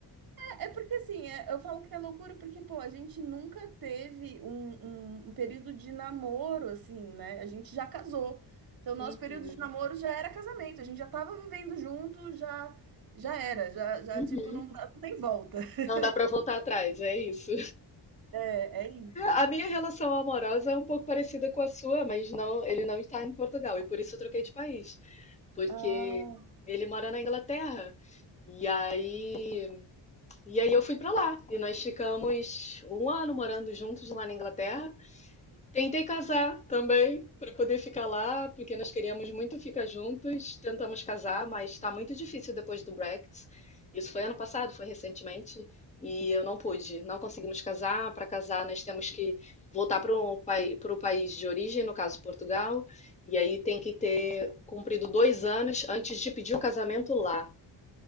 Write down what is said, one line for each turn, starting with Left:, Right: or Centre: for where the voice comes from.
Right: É porque assim, é- eu falo que é loucura porque, pô, a gente nunca teve um, um- um período de namoro, assim, né? A gente já casou. Então, nosso
Left: Uhum.
Right: período de namoro já era casamento, a gente já tava vivendo junto, já, já era, já, já,
Left: Uhum.
Right: tipo, não, dá- não tem volta. <laughs>
Left: Não dá para voltar atrás, é isso.
Right: É, é isso.
Left: A minha relação amorosa é um pouco parecida com a sua, mas não, ele não está em Portugal e por isso eu troquei de país, porque
Right: Ah,
Left: ele mora na Inglaterra. E aí E aí eu fui pra lá. E nós ficamos um ano morando juntos lá na Inglaterra. Tentei casar também para poder ficar lá, porque nós queríamos muito ficar juntos. Tentamos casar, mas está muito difícil depois do Brexit. Isso foi ano passado, foi recentemente, e eu não pude. Não conseguimos casar. Para casar, nós temos que voltar para o país de origem, no caso Portugal, e aí tem que ter cumprido dois anos antes de pedir o casamento lá.